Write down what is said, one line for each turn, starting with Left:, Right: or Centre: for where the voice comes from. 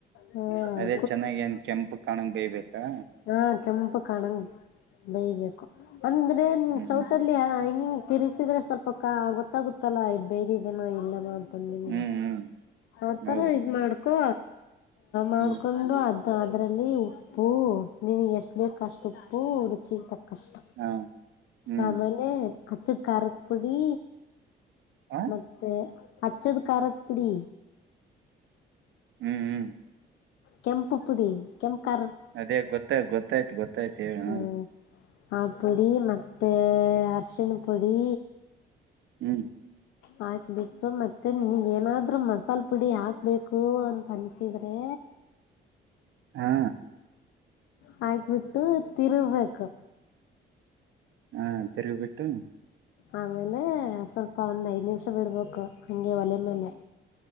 Left: ಹಾಂ
Right: ಅದೇ ಚೆನ್ನಾಗಿ ಏನ್ ಕೆಂಪ ಕಾಣಂಗ ಬೇಯಬೇಕಾ
Left: ಹಾಂ ಕೆಂಪು ಕಾಣಂಗ ಬೇಯಬೇಕು ಅಂದರೆ ನೀ
Right: ಹ್ಮ್
Left: ಚೌಟಲ್ಲಿ
Right: ಹ್ಮ್
Left: ಹಂಗಿಂಗೆ ತಿರಿಸಿದ್ರೆ ಸ್ವಲ್ಪ ಕ ಗೊತ್ತಾಗುತ್ತಲ್ಲ್ ಬೇದಿದನೋ ಇಲ್ಲನೋ ನಿಮ್ಗೆ
Right: ಹ್ಮ್ ಹ್ಮ್
Left: ಆತರಾ
Right: ಹೌದು
Left: ಇದ ಮಾಡ್ಕೊ ಮಾಡ್ಕೊಂಡು
Right: ಹ್ಮ್
Left: ಅದ ಮತ್ತು ಅದರಲ್ಲಿ ಉಪ್ಪು ನಿನಗೆ ಎಷ್ಟು ಬೇಕುಷ್ಟು ಉಪ್ಪು ರುಚಿಗೆ ತಕ್ಕಷ್ಟ
Right: ಹಾ ಹ್ಮ್
Left: ಆಮೇಲೆ ಅಚ್ಚ ಖಾರದ ಪುಡಿ
Right: ಆ
Left: ಮತ್ತೆ ಅಚ್ಚದ ಕಾರದ ಪುಡಿ
Right: ಹ್ಞೂ ಹ್ಞ
Left: ಕೆಂಪು ಪುಡಿ ಕೆಂಪು ಕಾರ್
Right: ಅದೇ ಗೊ ಗೊತ್ತಾಯ್ತತ್ ಗೊತ್ತಾಯ್ತು ಹೇಳ
Left: ಹ್ಮ್
Right: ಹ
Left: ಆ ಪುಡಿ ಮತ್ತು ಅರಶಿನ ಪುಡಿ
Right: ಹ್ಮಞ
Left: ಹಾಕಿಬಿಟ್ಟು ಮತ್ತೆ ನಿನಗೇನಾದರೂ ಮಸಾಲೆ ಪುಡಿ ಹಾಕಬೇಕು ಅಂತ ಅನ್ಸಿದ್ರೆ
Right: ಹಾ
Left: ಹಾಕಿಬಿಟ್ಟು ತಿರುಗಬೇಕು
Right: ಹಾ ತಿರಿಗಿ ಬಿಟ್ಟು
Left: ಆಮೇಲೆ ಸ್ವಲ್ಪ ಒಂದ್ ಐದ್ ನಿಮಿಷ ಬಿಡ್ಬೇಕು ಹಂಗೆ ಒಲೆ ಮೇಲೆ